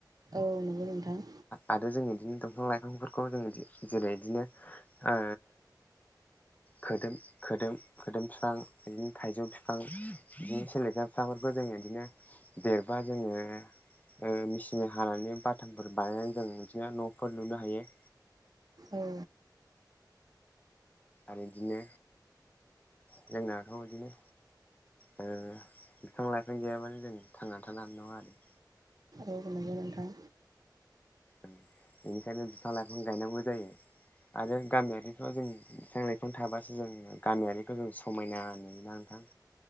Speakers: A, on the right; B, on the left.
A: औ नंगौ नोंथां।
B: आरो जों इदिनो दंफां लाइफांफोरखौ जों जेरै इदिनो ओ खोदोम खोदोम खोदोम बिफां बिदिनो थाइजौ फिफां बिदिनो सेलेखा फिफांफोरखौ जोङो बिदिनो देरबा जोङो ओ मेसिनजों हानानै बाथामफोर बानायनानै जों बिदिनो न'फोर लुनो हायो
A: ए
B: आरो इदिनो जोंनाथ' इदिनो ओ बिफां लाइफां गैयाबानो जों थांनानै थानो हानाय नङा आरो
A: औ नोंगौ नोंथां
B: बेनिखायनो बिफां लाइफां गायनांगौ जायो। आरो गामियारिफ्राव जों बिफां लाइफां थाबासो जों गामियारिखौ जों समायना नुोना नोंथां।